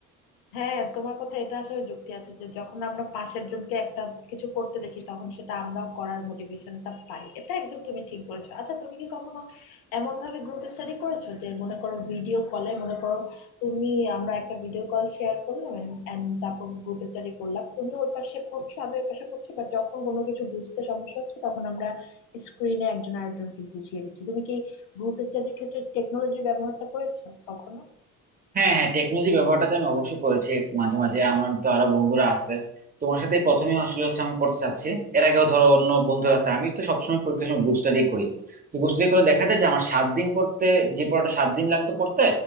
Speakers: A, on the left; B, on the right.
A: হ্যাঁ তোমার কথা এটা আসলে যুক্তি আছে যে যখন আমরা পাশের জনকে একটা কিছু করতে দেখি তখন সেটা আমরাও করার মোটিভেশনটা পাই এটা একদম তুমি ঠিক বলেছো আচ্ছা তুমি কি কখনো এমন ভাবে গ্রুপ স্টাডি করেছো যে মনে করো ভিডিও কলে মনে করো তুমি আমরা একটা ভিডিও কল শেয়ার করলাম এন্ড তারপর গ্রুপ স্টাডি করলাম তুমি ওর পাশে পড়ছো আমি ওর পাশে পড়ছি বাট যখন কোনো কিছু বুঝতে সমস্যা হচ্ছে তখন আমরা স্ক্রিনে একজন আরেকজনকে বুঝিয়ে দিচ্ছি তুমি কি গ্রুপ স্টাডির ক্ষেত্রে টেকনোলজির ব্যবহারটা করেছো কখনো
B: হ্যাঁ হ্যাঁ টেকনোলজি ব্যবহারটা তো আমি অবশ্যই করেছি মাঝে মাঝে আমার তো আরো বন্ধুরা আছে তোমার সাথে প্রথমে আসলে হচ্ছে আমি পড়তে চাচ্ছি এর আগেও ধরো অন্য বন্ধুরা আছে আমি তো সবসময় পরীক্ষার সময় গ্রুপ স্টাডি করি তো গ্রুপ স্টাডি করে দেখা যায় যে আমার সাত দিন পড়তে যে পড়াটা সাত দিন লাগতো পড়তে